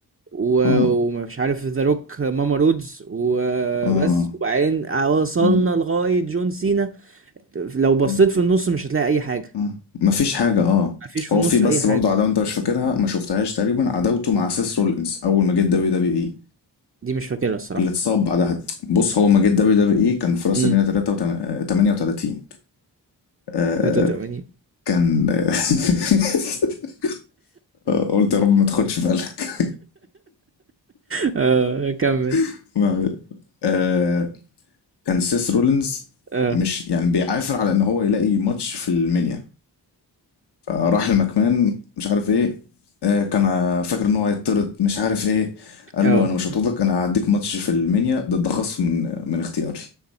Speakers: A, on the right; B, on the left.
A: و-
B: اه
A: ومش عارف ذا روك ماما رودز وبس
B: اه
A: وبعدين وصلنا
B: م.
A: لغاية جون سينا لو بصيت
B: اه
A: في النص مش هتلاقي اي حاجة
B: اه مفيش حاجة اه
A: مفيش في
B: هو
A: النص
B: في بس
A: اي حاجة
B: برضو عداوة انت مش فاكرها ما شفتهاش تقريبا عداوته مع سيس رولينز اول ما جه دبليو دبليو اي
A: دي مش فاكرها الصراحة
B: اللي اتصاب بعدها بص هو ما جه دبليو دبليو اي كان في راس
A: امم
B: المينيا 38 آه
A: 83
B: كان <laughs> قلت يا رب ما تاخدش بالك
A: <laughs> اه كمل
B: <laughs> <applause> ما- آه، كان سيس رولينز
A: اه
B: مش يعني بيعافر على ان هو يلاقي ماتش في المنيا فراح لمكمان مش عارف ايه آه، كان فاكر ان هو هيطرد مش عارف ايه قال
A: اه
B: له انا مش هطردك انا هديك ماتش في المنيا ضد خصم من من اختياري